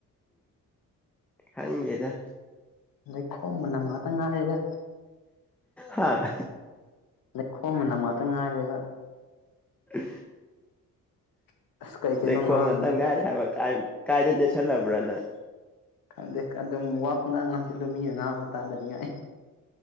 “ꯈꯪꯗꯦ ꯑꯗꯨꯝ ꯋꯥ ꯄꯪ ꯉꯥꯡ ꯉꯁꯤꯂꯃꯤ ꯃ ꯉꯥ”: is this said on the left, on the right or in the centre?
Left